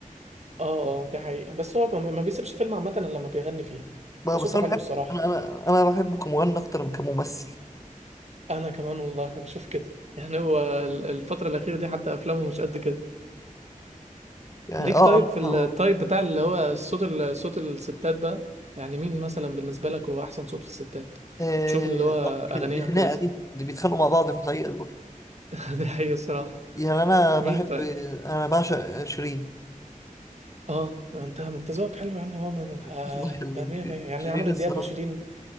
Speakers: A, on the right; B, on the left.
A: اه اه دي حقيقه بس هو ما ما بيسيبش فيلم عامه الا لما بيغني فيه
B: بقى
A: وصوته
B: بس أنا
A: حلو
B: بحب
A: الصراحه
B: أنا أنا أنا بحبه كمغني أكتر من كممثل
A: انا كمان والله بشوف كده يعني هو ال- الفتره الاخيره دي حتى افلامه مش قد كده
B: يعني
A: ليك
B: اه
A: طيب
B: عندها
A: في التايب بتاع اللي هو الصوت ال- صوت الستات بقى يعني مين مثلا بالنسبة لك هو أحسن صوت في الستات
B: آه،
A: تشوف اللي هو
B: آه،
A: أغانيها
B: دي خناقة
A: كويسة
B: دي دي بيتخانقوا مع بعض في الحقيقة دول
A: <laughs> دي حقيقة الصراحة
B: يعني انا بحب
A: مين طيب
B: انا بعشق شيرين
A: اه ده انت ما انت ذوقك حلو يا عم هو من- آه،
B: <laughs> الله يخليك
A: ده مية
B: شيرين
A: مية يعني
B: شيرين
A: عمرو
B: الصراحه
A: دياب وشيرين